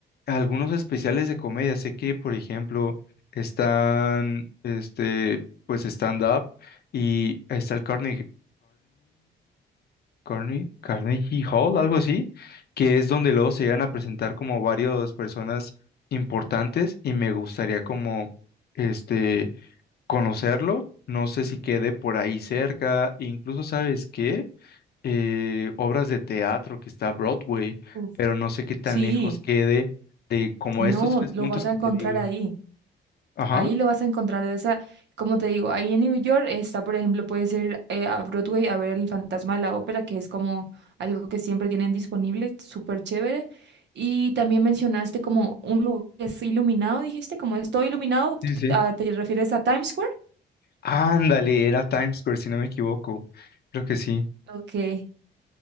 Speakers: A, on the left; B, on the right.
A: algunos especiales de comedia. Sé que, por ejemplo, están, este, pues stand-up y está el Carnegie, Carne- Carnegie Hall, algo así, que es donde luego se llegan a presentar como varias personas importantes y me gustaría como este conocerlo. No sé si quede por ahí cerca, incluso sabes qué, Eh, obras de teatro que está Broadway,
B: uf.
A: pero no sé qué tan
B: Sí,
A: lejos quede de como
B: no,
A: estos tres
B: lo
A: puntos
B: vas
A: que
B: a encontrar
A: te digo.
B: ahí.
A: Ajá,
B: Ahí lo vas a encontrar de esa, como te digo, ahí en New York está, por ejemplo, puedes ir eh, a Broadway a ver El Fantasma de la Ópera, que es como algo que siempre tienen disponible, súper chévere. Y también mencionaste como un lugar que es iluminado, dijiste, como es todo iluminado, t-
A: sí, sí. sí.
B: ah, ¿te refieres a Times Square?
A: Ándale, era Times Square, si no me equivoco. Creo que sí,
B: Ok.